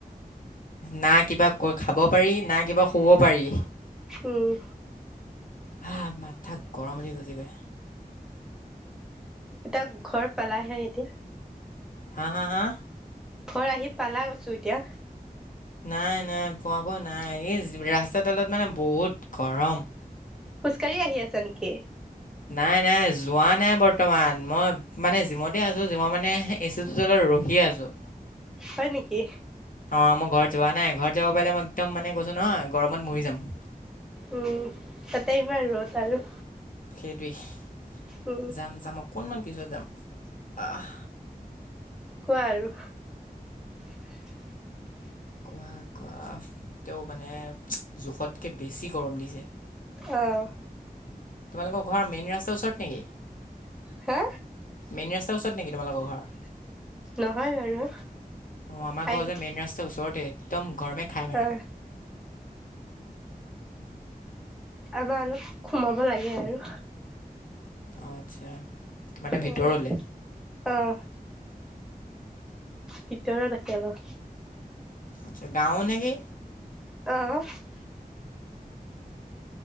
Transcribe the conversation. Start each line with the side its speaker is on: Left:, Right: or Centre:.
Left: না কিবা খাব পাৰি না কিবা শুব পাৰি।
Centre: উম।
Left: হা, মাথা গৰম উঠ গৈছে গৈ।
Centre: এতিয়া ঘৰ পালাহে এতিয়া।
Left: হা, হা, হা?
Centre: ঘৰ আহি পালা কৈছো এতিয়া।
Left: নাই নাই পোৱাকৈ নাই, এই ৰাস্তাডালত মানে বহুত গৰম।
Centre: খোজ কাঢ়ি আহি আছা নেকি?
Left: নাই নাই যোৱা নাই বৰ্তমান, মই মানে জিমতে আছোঁ, জিমত মানে হেই এচি টোৰ তলত ৰহিয়ে আছোঁ।
Centre: হয় নেকি?
Left: অ' মোৰ ঘৰত যোৱা নাই, ঘৰত যাব পাৰে মই একদম মানে কৈছোঁ নহয় গৰমত মৰি যাম।
Centre: উম, তাতে ইমান ৰ'দ আৰু।
Left: সেইটোৱেই।
Centre: উম,
Left: যাম যাম অকণমান পিছত যাম। আহ
Centre: কোৱা আৰু? <inaudible>
Left: কোৱা কোৱা, তেওঁ মানে জোখতকে বেছি গৰম দিছে।
Centre: অ'।
Left: তোমালোকৰ ঘৰ মেইন ৰাস্তাৰ ওচৰত নেকি?
Centre: হে?
Left: মেইন ৰাস্তাৰ ওচৰত নেকি তোমালোকৰ ঘৰ?
Centre: নহয় বাৰু
Left: অ' আমাৰ
Centre: আহি
Left: ঘৰ যে মেইন ৰাস্তাৰ ওচৰতে, একদম গৰমে খাই মাৰে।
Centre: অ', আমাৰ অলপ সোমাব লাগে আৰু।
Left: অ' আচ্ছা, মানে
Centre: অ',
Left: ভিতৰলে?
Centre: অ', ভিতৰত আছে অলপ।
Left: আচ্ছা, গাওঁ নেকি?
Centre: অ'।